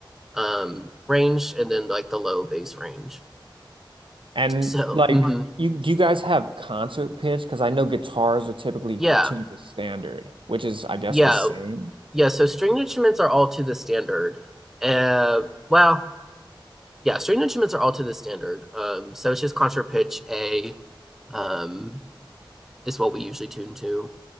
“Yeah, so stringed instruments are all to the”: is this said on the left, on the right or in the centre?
Centre